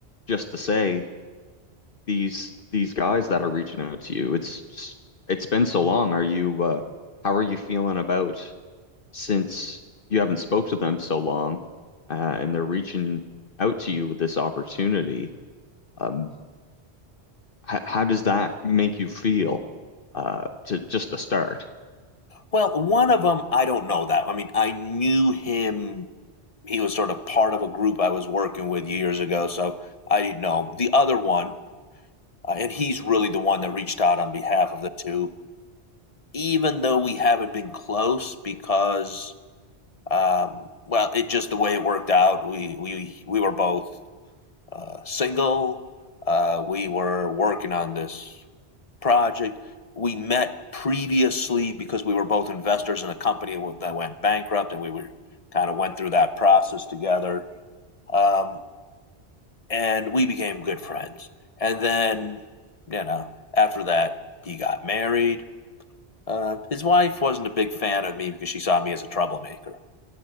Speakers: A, on the left; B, on the left.
A: just to say these these guys that are reaching out to you, it's it's been so long. Are you uh, how are you feeling about since you haven't spoke to them so long, uh, and they're reaching out to you with this opportunity? Um, h- how does that make you feel uh, to just to start?
B: Well, one of them, I don't know that. I mean, I knew him. He was sort of part of a group I was working with years ago, so I didn't know. The other one, uh, and he's really the one that reached out on behalf of the two, even though we haven't been close because, um, well, it just the way it worked out. We we we were both uh, single. Uh, we were working on this project. We met previously because we were both investors in a company that went bankrupt, and we were kind of went through that process together. Um, and we became good friends. And then, you know, after that, he got married. Uh, his wife wasn't a big fan of me because she saw me as a troublemaker,